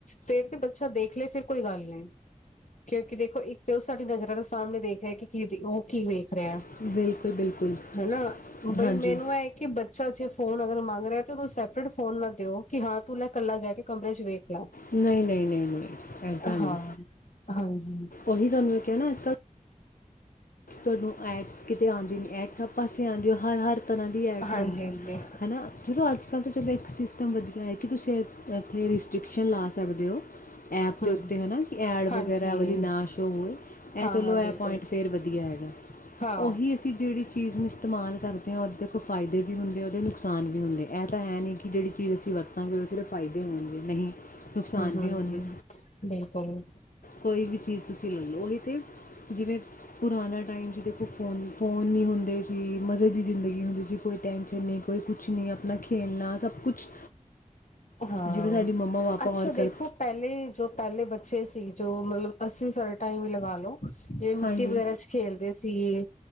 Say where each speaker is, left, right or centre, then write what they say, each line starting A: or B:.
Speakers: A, on the left; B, on the left.
A: ਫੇਰ ਤੇ ਬੱਚਾ ਦੇਖ ਲਏ ਫਿਰ ਕੋਈ ਗੱਲ ਨਹੀਂ, ਕਿਉਂਕਿ ਦੇਖੋ ਇੱਕ ਤੇ ਉਹ ਸਾਡੀ ਨਜ਼ਰਾਂ ਦੇ ਸਾਹਮਣੇ ਦੇਖ ਰਿਹਾ ਕਿ ਕਿਤੀ ਉਹ ਕੀਵੇ ਰਿਹਾ
B: ਹਾਂਜੀ ਬਿਲਕੁਲ ਬਿਲਕੁਲ
A: ਹੈਨਾ ਬਈ
B: ਹਾਂਜੀ
A: ਮੈਨੂੰ ਇਹ ਕਿ ਬੱਚਾ ਜੇ ਫੋਨ ਅਗਰ ਮੰਗ ਰਿਹਾ ਤੈਨੂੰ ਸੈਪਰੇਟ ਫੋਨ ਨਾ ਦਿਓ ਕਿ ਹਾਂ ਤੂੰ ਲੈ ਕੱਲਾ ਜਾ ਕੇ ਕਮਰੇ ਚ ਵੇਖ ਲਾ
B: ਨਹੀਂ -ਨਹੀਂ -ਨਹੀਂ- ਨਹੀਂ ਏਦਾਂ ਨਹੀਂ
A: ਹਾਂ ਹਾਂਜੀ
B: ਉਹੀ ਤੁਹਾਨੂੰ ਮੈ ਕਿਹਾ ਨਾ ਅੱਜ ਕੱਲ ਤੁਹਾਨੂੰ ਐਡਸ ਕਿਤੇ ਆਉਂਦੇ ਨੇ ਐਡਸ ਹਰ ਪਾਸੇ ਆਦੀ ਹੋ ਹਰ-ਹਰ ਤਰ੍ਹਾਂ ਦੀ ਐਡਸ
A: ਹਾਂਜੀ
B: ਆਦੀਆਂ
A: ਹਾਂਜੀ
B: ਹੈ ਨਾ ਚਲੋ ਅੱਜ ਕੱਲ੍ਹ ਤਾਂ ਚਦੋਂ ਇੱਕ ਸਿਸਟਮ ਵਧੀਆ ਹੈ ਕਿ ਤੁਸੀਂ ਇੱਥੇ ਰਿਸਟ੍ਰਿਕਸ਼ਨ ਲਾ ਸਕਦੇ ਹੋ ਐਪ
A: ਹਮ
B: ਦੇ ਉੱਤੇ ਹੈ ਨਾ ਕਿ ਐਡ
A: ਹਾਂਜੀ
B: ਵਗੈਰਾ ਵਾਲੀ ਨਾ ਸ਼ੋਅ ਹੋਵੇ ਇਹ
A: ਹਾਂ
B: ਚਲੋ
A: ਹਾਂ ਬਿਲਕੁਲ
B: ਇਹ ਪੁਆਇੰਟ ਫਿਰ ਵਧੀਆ। ਵਆ ਹੈਗਾ
A: ਹਾਂ
B: ਉਹੀ ਅਸੀਂ ਜੇਹ ਜਿਹੜੀ ਚੀਜ਼ ਨੂੰ ਇਸਤੇਮਾਲ ਕਰਦੇ ਹ ਉਹਦੇ ਕੋਈ ਫਾਇਦੇ ਵੀ ਵੀ ਹੁੰਦੇ ਆ ਉਹਦੇ ਨੁਕਸਾਨ ਵੀ ਹੁੰਦੇ ਇਹ ਤਾਂ ਹੈ ਨਹੀਂ ਕਿ ਜਿਹੜੀ ਚੀਜ਼ ਅਸੀਂ ਵਰਤਾਂਗੇ ਉਹਦੇ ਸਿਰਫ ਫਾਇਦੇ ਹੋਣਗੇ ਨਹੀਂ, ਨੁਕਸਾਨ
A: ਹਮ-ਹਮ-ਹਮ
B: ਵੀ ਹੋਣਗੇ
A: ਬਿਲਕੁਲ।
B: ਕੋਈ ਵੀ ਚੀਜ਼ ਤੁਸੀਂ ਲੈ ਲਓ ਇਹ ਤਾਂ ਜਿਵੇਂ ਪੁਰਾਣਾ ਟਾਈਮ 'ਚ ਦੇਖੋ ਫੋਨ, ਫੋਨ ਫੋਨ ਨਹੀਂ ਹੁੰਦੇ ਸੀ ਮਜ਼ੇ ਦੀ ਜ਼ਿੰਦਗੀ ਹੁੰਦੀ ਸੀ ਕੋਈ ਟੈਂਨਸ਼ਨ ਨਹੀਂ ਕੋਈ ਕੁਛ ਨਹੀਂ ਆਪਣਾ ਖੇਲਣਾ ਸਭ ਕੁਛ
A: ਹਾਂ
B: ਜਿਵੇਂ ਸਾਡੀ ਮੰਮਾ ਪਾਪਾ
A: ਅੱਛਾ
B: ਔਰ
A: ਦੇਖੋ
B: ਕਰ
A: ਪਹਿਲੇ ਜੋ ਪਹਿਲੇ ਬੱਚੇ ਸੀ। ਜੋ ਮਤਲਬ ਅੱਸੀ ਸਾਡਾ ਟਾਈਮ ਹੀ ਲਗਾ ਲੋ ਜਿਵੇਂ ਮਿੱਟੀ
B: ਹਾਂਜੀ
A: ਵਗੈਰਾ ਚ ਖੇਲਦੇ ਸੀ। ਸੀਗੇ